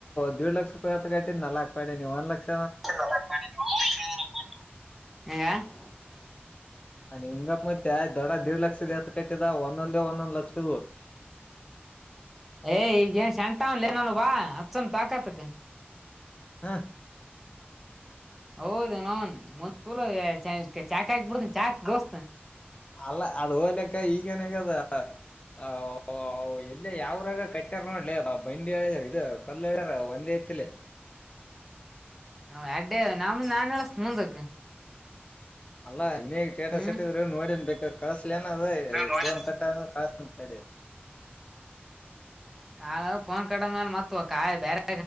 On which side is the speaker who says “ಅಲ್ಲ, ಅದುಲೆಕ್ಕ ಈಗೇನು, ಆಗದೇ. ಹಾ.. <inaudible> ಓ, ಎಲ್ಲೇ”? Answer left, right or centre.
Left